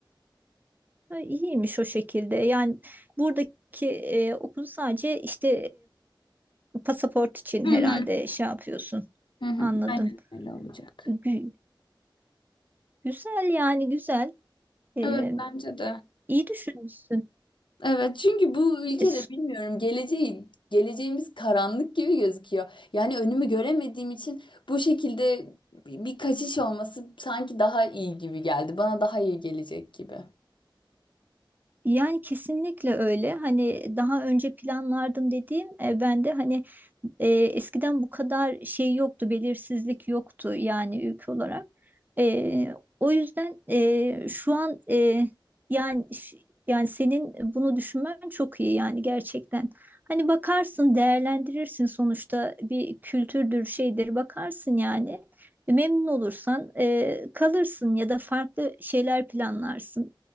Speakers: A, on the right; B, on the left.
A: Ha, iyiymiş o şekilde. Yani buradaki e, okulu sadece işte e, pasaport için
B: Hı
A: herhalde
B: hı,
A: şey yapıyorsun.
B: hı hı.
A: Anladım.
B: Aynen öyle olacak.
A: Gü- güzel yani güzel. Ee,
B: Evet bence de.
A: iyi düşünmüşsün.
B: Evet çünkü bu ülkede
A: E,
B: bilmiyorum geleceği geleceğimiz karanlık gibi gözüküyor. Yani önümü göremediğim için bu şekilde bir bir kaçış olması sanki daha iyi gibi geldi. Bana daha iyi gelecek gibi.
A: Yani kesinlikle öyle. Hani daha önce planlardım dediğim e, ben de hani e, eskiden bu kadar şey yoktu, belirsizlik yoktu yani ülke olarak. E, o yüzden e, şu an e, yani ş- yani senin bunu düşünmen çok iyi yani gerçekten. Hani bakarsın, değerlendirirsin sonuçta bir kültürdür, şeydir bakarsın yani. E, Memnun olursan e, kalırsın ya da farklı şeyler planlarsın.